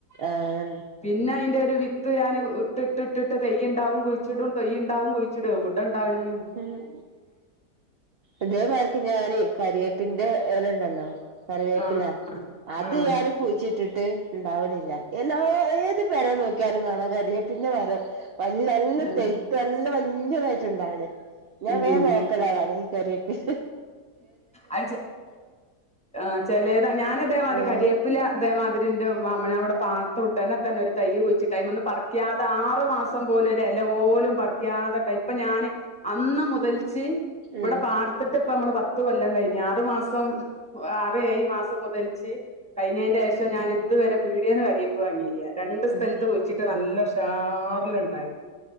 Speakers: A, on the right; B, in the centre.
A: ഏഹ്
B: പിന്നെ അയിന്റൊരു വിത്ത് ഞാന് ഇട്ട്ട്ട്ട്ട്ട്ട് തൈയ്യ്ണ്ടാവും കുയിച്ചിടും തൈയ്യ്ണ്ടാവും കുയിച്ചിടും എവിടെണ്ടാവണ്
A: ഉം ഇതേമാരിക്ക് ഞാനേ കരിവേപ്പിന്റെ എലയുണ്ടല്ലോ കറിവേപ്പില
B: ആഹ്
A: അത്
B: ആഹ്
A: ഞാന് കുയിച്ചിട്ടിട്ട് ഇണ്ടാവണില്ല എല്ലാ ഏത് പെരെ നോക്കിയാലും കാണാം കരിവേപ്പിന്റെ മരം വൽ നല്ല
B: ഉം
A: തൈ ക് നല്ല വല്യതായിട്ട്ണ്ടാകണ് ഞാൻ
B: ഉം
A: വേഗം നോ ക്കലാണ് അതാണീ കരിയെപ്പ്
B: അത് ചെ ആഹ് ചെലേര് ഞാൻ അതേമാരി
A: ഉം
B: കരിയെ പ്പില അതേ മാതിരിയെന്റെ മാമന് അവിടെ പാത്തു ഉടനെ തന്നൊരു തൈയ് കുഴിച്ച ടൈമൊന്ന് പറ ക്കാതെ ആറു മാസം പോലും ഒരെല പോലും പറിക്കാതെ ഇണ്ടായി ഇപ്പൊ ഞാന് അന്ന് മുതൽച്ച് ഇവിടെ
A: ഉം
B: പാർത്തിട്ട് ഇപ്പമ്മള് പത്ത് കൊല്ലം കയിഞ്ഞ് ആറ് മാസം ആറ് ഏയ് മാസൊക്ക കയിച്ച് കയിഞ്ഞേന്റെ ആഴ്ച ഞാൻ ഇതുവരെ പീടിയേന്ന് കരിയേ പ്പ് വാങ്ങീലാ രണ്ട് സ്ഥലത്ത്
A: ഉം
B: കുയിച്ചിട്ട് നല്ല ഉഷാറില്ണ്ടായി